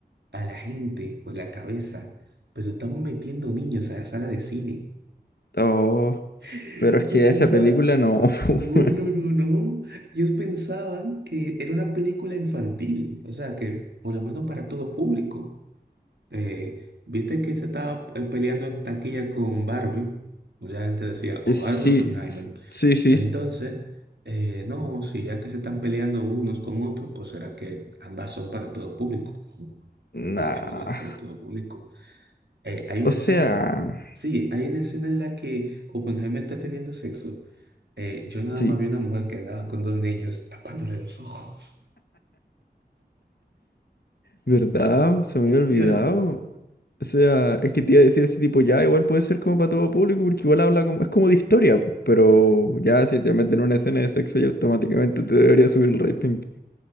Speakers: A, on the right; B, on the left.
A: a la gente o la cabeza, pero estaban metiendo niños a la sala de cine.
B: Oh,
A: <laughs>
B: pero
A: ellos
B: es que
A: pensaban
B: esa película no. <laughs>
A: no, no, no, no. Ellos pensaban que era una película infantil, o sea, que por lo menos para todo público. Eh, ¿viste que se estaba eh, peleando en taquilla con Barbie? Mucha gente decía, o
B: Eh, Sí,
A: Barbie o Oppenheimer.
B: s- sí, sí.
A: Entonces, eh, no, si ya que se están peleando unos con otros, pues será que ambas son para todo público. No, Oppenheimer
B: Nah.
A: no era para todo público. Eh, hay una
B: O sea,
A: escena, sí, hay una escena en la que Oppenheimer está teniendo sexo. Eh, yo nada
B: sí.
A: más vi una mujer que andaba con dos niños tapándole los ojos. <laughs>
B: ¿Verdad? Se me había olvidado.
A: Ya,
B: O sea, es que te iba a decir ese tipo ya, igual puede ser como para todo público, porque igual habla como, es como de historia, pues, pero ya si te meten una escena de sexo, ya automáticamente te debería subir el rating.